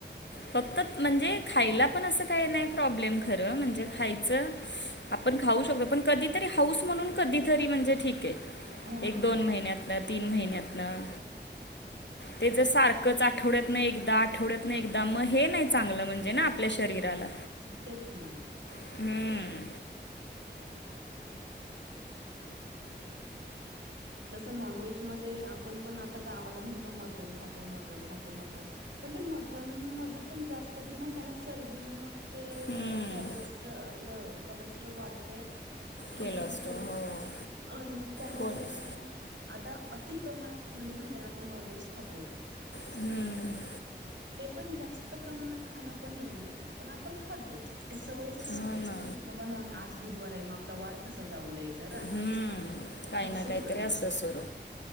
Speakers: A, on the left (about 75°); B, on the right (about 85°).
A: फक्त म्हणजे खायला पण असं काय नाही प्रॉब्लेम खरं म्हणजे खायचं आपण खाऊ शकतो पण कधीतरी हाऊस म्हणून कधीतरी म्हणजे ठीक हेय
B: हा
A: एक-दोन महिन्यात आपलं तीन महिन्यातनं ते जर सारखंच आठवड्यातनं एकदा, आठवड्यातनं एक दा मग, हे नाही चांगलं म्हणजे ना आपल्या शरीराला.
B: तेच ना.
A: हम्म....
B: तसं नॉनव्हेजमध्ये, आपण पण आता गावाला म्हणतो. मटण खातो- मटण खातो मटण.... पण ते मठण... मध्ये पण जास्त ती माहिती आहे ना, चरबी नी मग.... ते....
A: हम्म
B: कॅर्लोस्टर.... आपलं कॅर्लोस्टर वाढतंय. फक्त
A: केलं
B: ती
A: असतो
B: चर.....
A: हो
B: आणि मग त्याने
A: कॉलेज
B: परत... म... आता अतिप्रमाणात म्हणजे माहिती आहे ना. आपण नॉनव्हेज खातोच.
A: हम्म,
B: ते पण जास्त प्रमाणात खाणं पण हे नाहीये, पण आपण खातो. ते सवय झाली आपल्या
A: हा ना
B: शरिराला.., बाबा नाॅन.... आज बुधवार आ हे. मग आप.. ला वार कसा जाऊन द्यायचा ना.
A: हम्म, काही
B: आज
A: ना
B: शुक्रवार
A: काहीतरी असतं
B: आहे.
A: सुरू